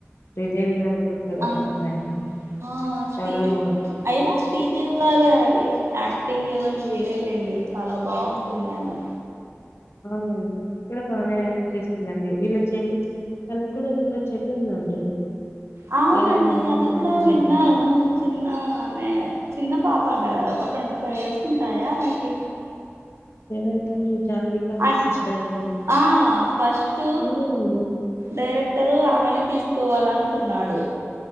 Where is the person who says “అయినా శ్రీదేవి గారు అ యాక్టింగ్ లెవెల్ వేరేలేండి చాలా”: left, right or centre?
Right